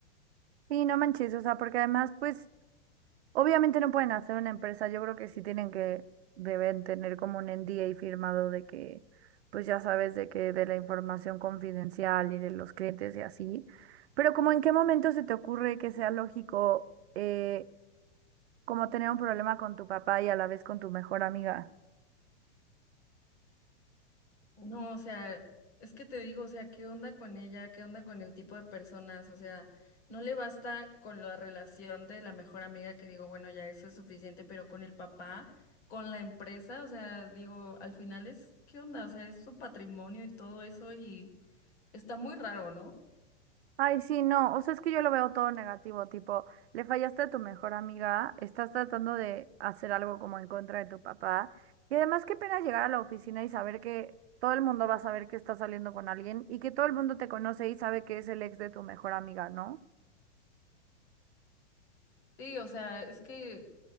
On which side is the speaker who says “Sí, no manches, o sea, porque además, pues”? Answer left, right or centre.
Right